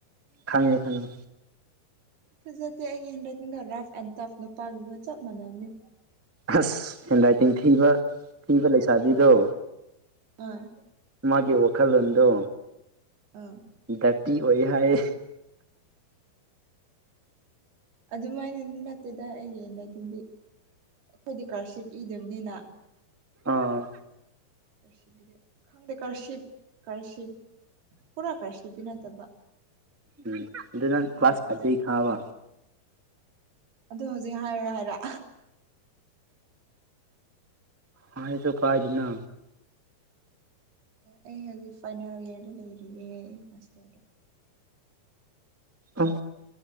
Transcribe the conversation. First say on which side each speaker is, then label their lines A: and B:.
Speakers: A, on the right; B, on the right.
A: ꯈꯪꯉꯦ ꯈꯪꯉꯦ
B: ꯐꯖꯇꯦ ꯑꯩꯒꯤ ꯍꯦꯟ ꯔꯥꯏꯇꯤꯡꯗꯣ ꯔꯐ ꯑꯦꯟ ꯇꯐ ꯅꯨꯄꯥꯒꯤꯗꯨꯒ ꯆꯞ ꯃꯥꯟꯅꯕꯅꯤ
A: ꯑꯁ ꯍꯦꯟ ꯔꯥꯏꯇꯤꯡ ꯊꯤꯕ ꯊꯤꯕ ꯂꯩꯁꯥꯕꯤꯗꯨ
B: ꯑꯥ
A: ꯃꯥꯒꯤ ꯋꯥꯈꯜꯂꯣꯟꯗꯨ
B: ꯑꯥ
A: ꯗ꯭ꯔꯇꯤ ꯑꯣꯏ ꯍꯥꯏ
B: ꯑꯗꯨꯃꯥꯏꯅꯗꯤ ꯅꯠꯇꯦꯗ ꯑꯩꯒꯤ <unintelligible> ꯗꯤ ꯑꯩꯈꯣꯏꯗꯤ ꯀꯔꯁꯤꯞ ꯏꯗꯕꯅꯤꯅ
A: ꯑꯥ
B: ꯀꯔꯁꯤꯞꯒꯤꯗ ꯈꯪꯗꯦ ꯀꯔꯁꯤꯞ ꯀꯔꯁꯤꯞ ꯄꯨꯔꯥ ꯀꯔꯁꯤꯞꯇꯤ ꯅꯠꯇꯕ
A: ꯎꯝ ꯑꯗꯨ ꯅꯪ ꯀ꯭ꯂꯥꯁ
B: ꯃꯤꯛꯁꯇ
A: <unintelligible> ꯈꯪꯉꯕ
B: ꯑꯗꯨ ꯍꯧꯖꯤꯛ ꯍꯥꯏꯔꯨꯔꯥ ꯍꯥꯏꯔ
A: ꯍꯥꯏꯔꯁꯨ ꯀꯥꯏꯗꯦꯅ
B: ꯑꯩ ꯍꯧꯖꯤꯛ ꯐꯥꯏꯅꯦꯜ ꯏꯌꯔꯗ ꯂꯩꯔꯤꯌꯦ ꯑꯩ ꯃꯥꯁꯇꯔꯗ
A: ꯑꯥ